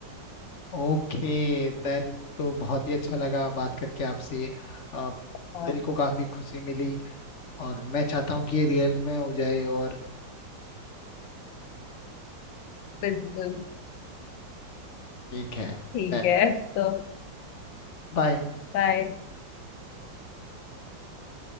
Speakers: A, on the left (about 55°); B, on the left (about 80°).
A: ओके देन तो बहुत ही अच्छा लगा बात करके आपसे अ,
B: हाँ
A: दिल को काफी खुशी मिली और मैं चाहता हूँ कि ये रियल में हो जाए और
B: बिल्कुल
A: ठीक है
B: ठीक
A: Then
B: है तो
A: bye
B: बाय